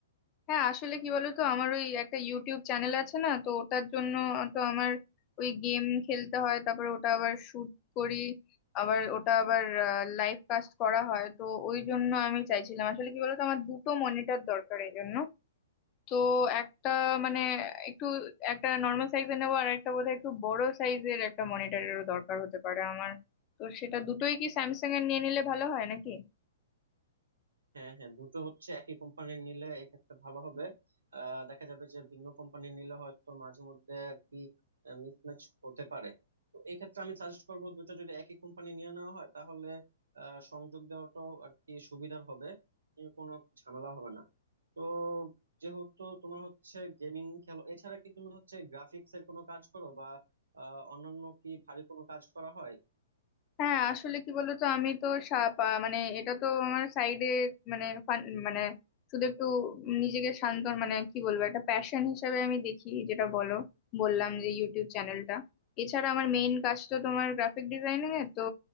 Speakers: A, on the left; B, on the right.
A: হ্যাঁ আসলে কি বলতো আমার ওই একটা ইউটিউব চ্যানেল আছে না তো ওটার জন্য তো আমার ওই গেম খেলতে হয় তারপর ওটা আবার শুট করি আবার ওটা আবার লাইভ কাস্ট করা হয় তো ওই জন্য আমি চাইছিলাম আসলে কি বলতো আমার দুটো মনিটর দরকার এই জন্য তো একটা মানে একটু একটা নর্মাল সাইজের নেবো আর একটা বোধহয় একটু বড় সাইজের একটা মনিটরেরও দরকার হতে পারে আমার তো সেটা দুটোই কি স্যামসাং এর নিয়ে নিলে ভালো হয় নাকি
B: হ্যাঁ হ্যাঁ দুটো হচ্ছে একই কোম্পানির নিলে এক্ষেত্রে ভালো হবে আহ, দেখা যাবে যে ভিন্ন কোম্পানির নিলে হয়তো মাঝে মধ্যে আর কি মিসম্যাচ হতে পারে তো এই ক্ষেত্রে আমি সাজেস্ট করব দুটো যদি একই কোম্পানি নিয়ে নেওয়া হয় তাহলে আহ, সংযোগ দেওয়াটাও আর কি সুবিধার হবে উম, কোনো ঝামেলা হবে না তো যেহেতু তোমার হচ্ছে গেমিং খেলো এছাড়া কি তুমি হচ্ছে গ্রাফিক্স এর কোনো কাজ করো বা আহ, অন্যান্য কি ভারী কোনো কাজ করা হয়
A: হ্যাঁ আসলে কি বলতো আমি তো সা- পা- মানে এটা তো আমার সাইডে মানে ফান- মানে শুধু একটু নিজেকে শান্ত মানে কি বলবো একটা প্যাশন হিসাবে আমি দেখি যেটা বলো বললাম যে ইউটিউব চ্যানেলটা এছাড়া আমার মেইন কাজ তো তোমার গ্রাফিক ডিজাইনিং এ তো